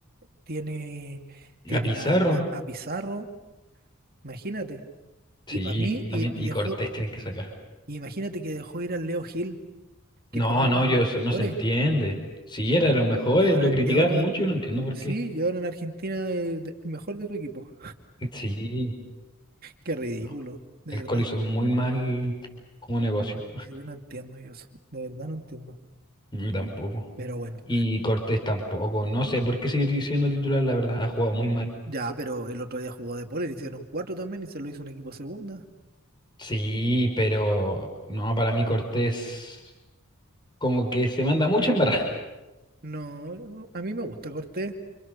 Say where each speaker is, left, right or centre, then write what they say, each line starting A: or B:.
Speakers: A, on the right; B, on the left.
A: tiene, tiene
B: A Pizarro.
A: a, a Pizarro, imagínate.
B: Sí,
A: Y para mí,
B: también.
A: y, y
B: Y
A: dejó,
B: Cortés tienen que sacar.
A: y imagínate que dejó ir al Leo Gil, que
B: No,
A: para mí era
B: no,
A: uno
B: yo
A: de los
B: eso
A: mejores.
B: no se entiende. Sí, era de los mejores,
A: Y ahora,
B: lo criticaban
A: y ahora,
B: mucho y no entiendo por
A: sí,
B: qué.
A: y ahora en Argentina eh, de- mejor de tu equipo.
B: Sí,
A: Qué ridículo,
B: no.
A: de
B: El
A: verdad.
B: Coli hizo muy mal como negocio.
A: Sí, no entiendo yo eso, de verdad no entiendo.
B: Yo tampoco.
A: Pero bueno.
B: Y Cortés tampoco. No sé por qué sigue siendo titular, la verdad. Ha jugado muy mal.
A: Ya, pero el otro día jugó de pole, le hicieron cuatro también y se lo hizo un equipo segunda.
B: Sí, pero no, para mí Cortés como que se manda mucho en barra.
A: No, no, a mí me gusta Cortés,